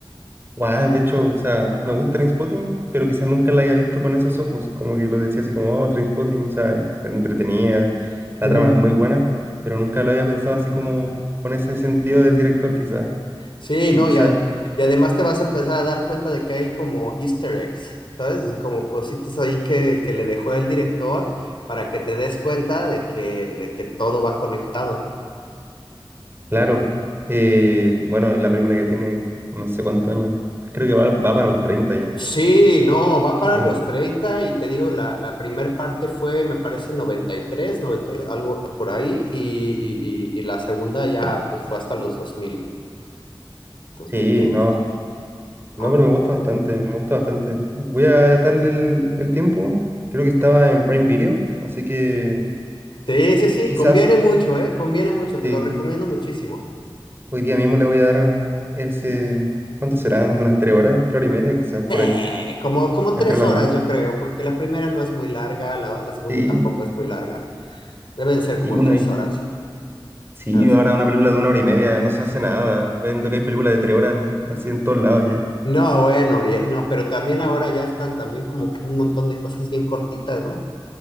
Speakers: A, on the right; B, on the left.
A: Guau, de hecho, o sea, me gusta Trainspotting, pero quizás nunca la haya visto con esos ojos. Como que lo decía así como, oh, Trainspotting, o sea, es entretenida, la
B: Ujú.
A: trama es muy buena, pero nunca lo había pensado así como con ese sentido del director, quizás.
B: Sí,
A: Y
B: no,
A: quizás,
B: y, a- y además te vas a empezar a dar cuenta de que hay como easter eggs, ¿sabes? Como cositas ahí que, que le dejó el director para que te des cuenta de que, de que todo va conectado.
A: claro, eh, bueno, la película ya tiene no sé cuántos años, creo que va, va para los 30 ya.
B: Sí, no, va para
A: Sí,
B: los 30 y te digo, la, la primer parte fue, me parece, 93, 92, algo por ahí, y, y, y, y la segunda ya pues fue hasta los dos dos mil dos
A: sí,
B: mil diez
A: no. No,
B: ¿no?
A: pero me gusta bastante, me gusta bastante. Voy a darle el, el tiempo. Creo que estaba en Prime Video, así que
B: Sí, sí, sí,
A: quizás
B: conviene mucho, ¿eh? Conviene mucho, te
A: sí.
B: lo recomiendo muchísimo.
A: Hoy día mismo le voy a dar ese. ¿Cuánto serán? ¿De unas tres horas? ¿Tres horas y media? Quizás por
B: Eh,
A: ahí,
B: como, como
A: entre
B: tres
A: las
B: horas,
A: dos.
B: yo creo, porque la primera no es muy larga, la, la segunda
A: Sí,
B: tampoco es muy larga, deben ser como
A: sí, uno
B: tres
A: ahí.
B: horas.
A: Sí,
B: Ah, sí.
A: ahora una película de una hora y media no se hace nada. Vendo que hay películas de tres horas en- así en todos lados ya.
B: No, bueno, y- no, pero también ahora ya están también como un montón de cosas bien cortitas, ¿no?